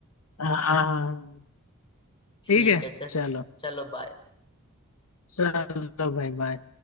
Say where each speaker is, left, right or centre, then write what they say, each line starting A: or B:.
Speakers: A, on the left (about 90°); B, on the left (about 20°).
A: हाँ हाँ, हाँ, हाँ।
B: ठीक
A: ठीक है
B: है चल
A: चलो
B: चलो बाय
A: चलो भाई बाय